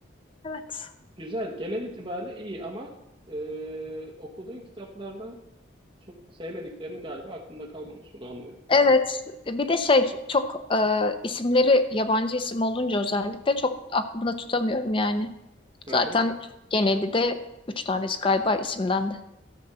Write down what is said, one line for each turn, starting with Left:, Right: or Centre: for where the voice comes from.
Left: Evet.
Right: Güzel. Genel itibariyle iyi ama e, okuduğun kitaplardan çok sevmediklerin galiba aklında kalmamış. Onu anlıyorum.
Left: Evet, bir de şey çok e, isimleri yabancı isim olunca özellikle çok aklımda tutamıyorum yani.
Right: Hı
Left: Zaten
Right: hı.
Left: genelde de üç tanesi galiba isimden de.